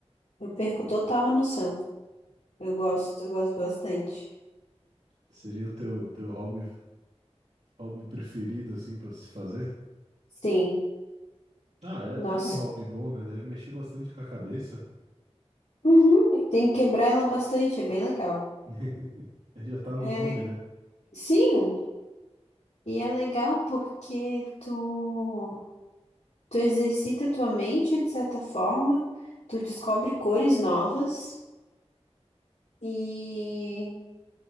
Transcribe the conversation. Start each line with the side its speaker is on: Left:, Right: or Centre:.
Left: Eu perco total a noção. Eu gosto, eu gosto bastante.
Right: Seria o teu, teu hobby, hobby preferido assim pra se fazer?
Left: Sim,
Right: Ah, é,
Left: nossa.
Right: é um hobby bom, né? Deve mexer bastante com a cabeça.
Left: Uhum, tem que quebrar ela bastante, é bem legal.
Right: <laughs> Já tá no
Left: É,
Right: nome, né?
Left: sim, e é legal porque tu Tu exercita tua mente de certa forma, tu descobre cores novas e